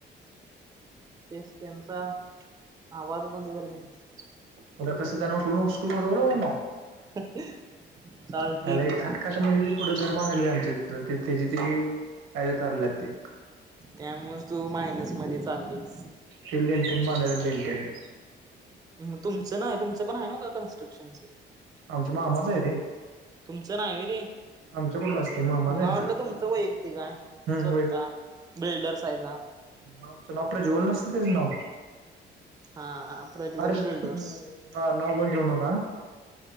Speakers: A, on the right; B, on the right.
A: तेच त्यांचा आवाज बंद कर त्यांचा
B: पुढ कस त्यांना उठवू नको <unintelligible> त्यांना
A: <inaudible> चालतंय
B: आलय
A: की
B: खा खाट म्हणजे ती पुढं घर बांधलंय आमच्या तिथं त्याजी ती काय तर काराल्यात ती
A: त्यामुळच तू मायनस मधी चालयस
B: ती लेन्टेन मालायल लेनटेन
A: म तुमचं नाही तुमचं पण हाय नव्हका का कन्स्ट्रक्शनच
B: आमच्या मामाच हाय रे
A: तुमचं नाय वय ते
B: आमच्या कुठला असते मामाच
A: मला
B: आहे आमच्या
A: वाटलं
B: ते
A: तुमचं वैयक्तिक हाय
B: हम्म
A: स्वतः बिल्डर्स हायसा
B: म आमचं नाव प्रज्वल नसत त्याज नाव
A: हा प्रज्वल
B: अरे
A: बिल्डर्स
B: हा नाव पण देऊ नका.